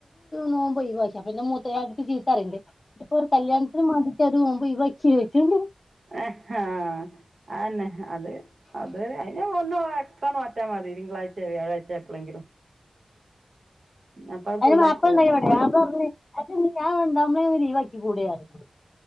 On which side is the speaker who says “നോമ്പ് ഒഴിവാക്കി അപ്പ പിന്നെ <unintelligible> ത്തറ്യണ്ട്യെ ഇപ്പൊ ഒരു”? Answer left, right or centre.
Left